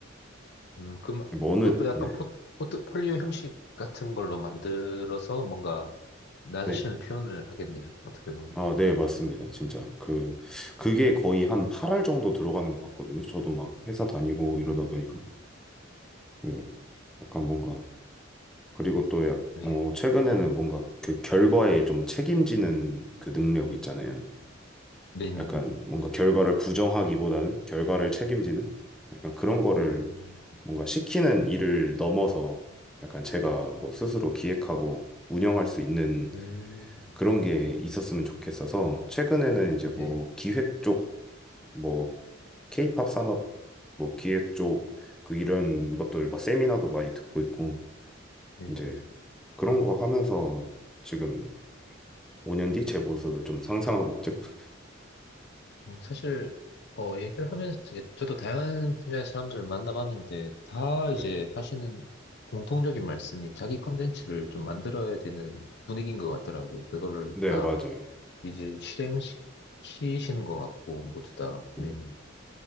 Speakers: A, on the left; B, in the centre.
A: 음, 그,
B: 뭐 어느,
A: 그것도 약간
B: 네.
A: 포, 포트폴리오 형식 같은 걸로 만들어서 뭔가 나
B: 네.
A: 자신을 표현을 하겠네요. 어떻게 보면.
B: 아, 네, 맞습니다. 진짜. 그, 그게 거의 한 8알 정도 들어가는 것 같거든요. 저도 막 회사 다니고
A: 음,
B: 이러다 보니까. 그 약간 뭔가 그리고 또 약,
A: 네,
B: 어, 최근에는 뭔가 그 결과에 좀 책임지는 그 능력 있잖아요.
A: 네네네.
B: 약간 뭔가 결과를 부정하기보다는 결과를 책임지는 약간 그런 거를
A: 음,
B: 뭔가 시키는 일을 넘어서 약간 제가 뭐 스스로 기획하고 운영할 수 있는
A: 음,
B: 그런 게 있었으면 좋겠어서 최근에는 이제 뭐
A: 네,
B: 기획 쪽, 뭐 케이팝 산업 뭐 기획 쪽 그 이런 것들 막 세미나도 많이 듣고 있고
A: 네네.
B: 이제 그런 거 하면서 지금 5년 뒤 제 모습을 좀 상상하고 있죠. <laughs>
A: 어, 사실 어, 얘기를 하면서 이제 저도 다양한 분야의 사람들을 만나봤는데 다 이제
B: 네.
A: 하시는 공통적인 말씀이 자기 컨텐츠를 좀 만들어야 되는 분위기인 것 같더라고요. 그거를
B: 네,
A: 다
B: 맞아요.
A: 이제 실행시키시는 것 같고 모두 다. 네.
B: 음.